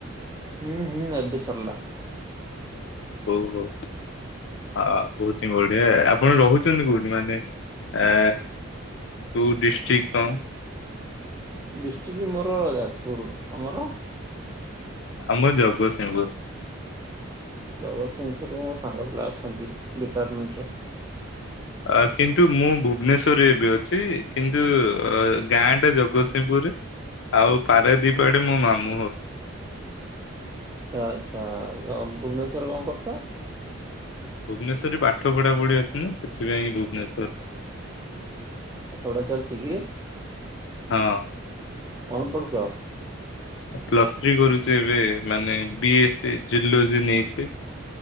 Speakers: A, on the right (about 15°); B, on the left (about 60°).
A: ହୁଁ ହୁଁ ଏବେ ସରିଲା।
B: ଓହୋ। ହଁ ବହୁତି ବଢିଆ ଆପଣ ରହୁଛନ୍ତି କୋଉଠି ମାନେ ଏ କୋଉ ଡିଷ୍ଟ୍ରି କ?
A: ଡିଷ୍ଟ୍ରିକ୍ଟ ମୋର ଯାଜପୁର, ତମର?
B: ଆମର ଜଗସିିଂପୁର।
A: ଜଗତସିଂହପୁର ମୋ ସାଙ୍ଗ ପିଲା ଅଛନ୍ତି, ଡିପାର୍ଟମେଣ୍ଟରେ
B: ଅ କିନ୍ତୁ ମୁଁ ଭୁବନେଶ୍ଵରରେ ଏବେ ଅଛି କିନ୍ତୁ ଅ ଗାଁ ଟା ଜଗତସିଂହପୁରରେ ଆଉ ପାରଦୀପ ଆଡେ ମୋ ମାମୁଁ ହର
A: ଆ ଆଚ୍ଛା ଭୁବନେଶ୍ଵରରେ କଣ କରୁଚ୍ଛ?
B: ଭୁବନେଶ୍ୱର୍ ରେ ପାଠ ପଢା ପଢି ଅଛି ନା ସେଥିପାଇଁ ଭୁବନେଶ୍ଵର।
A: ପାଠ ପଢ଼ା ଚାଲିଛି କି
B: ହଁ।
A: କଣ ପଢୁଚ?
B: ପ୍ଲସ୍ ଥ୍ରୀ କରୁଛି ଏବେ ମାନେ ବି ଏସ ସି ଜୁଲୋଜି ନେଇଛି।